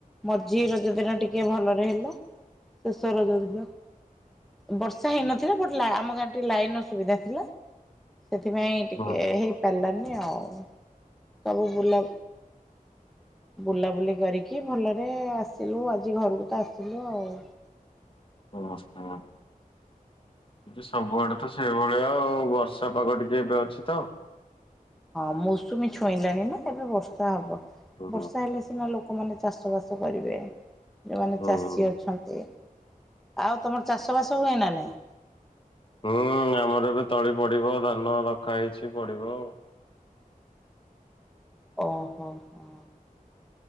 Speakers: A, in the centre; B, on the left.
A: ମଝି ରଜ ଦିନ ଟିକେ ଭଲରେ ହେଲା। <unintelligible> ବର୍ଷା ହେଇନଥିଲା ବଟ ଆମ ଗାଁରେ ଟିକେ ଲାଇନ ର ଅସୁବିଧା ଥିଲା। ସେଥିପାଇଁ ଟିକେ
B: ଓହୋ
A: ହେଇପାରିଲାନି ଆଉ ସବୁ ବୁଲା ବୁଲାବୁଲି କରିକି ଭଲରେ ଆସିଲୁ ଆଜି ଘରକୁ ତ ଆସିଲୁ ଆଉ।
B: <inaudible> ସବୁଆଡେ ତ ସେଇଭଳିଆଉ ବର୍ଷା ପାଗ ଟିକେ ଏବେ ଅଛି ତ।
A: ହଁ ମୌସୁମୀ ଛୁଇଁଲାଣି ନା ଏବେ ବର୍ଷା ହବ
B: ହୁଁ
A: ବର୍ଷା ହେଲେ ସିନା ଲୋକମାନେ ଚାଷ ବାସ କରିବେ ଯେଉମାନେ
B: ହୁଁ
A: ଚାଷୀ ଅଛନ୍ତି। ଛନ୍ତି ଆଉ ତମର ଚାଷ ବାସ ହୁଏ ନା ନାଇଁ।
B: ହୁଁ ଆମର ଏବେ ତଳି ପଡିବ ଧାନ ରଖା ହେଇଛି ପଡିବ ଆଉ।
A: ଓହୋ ହୋ।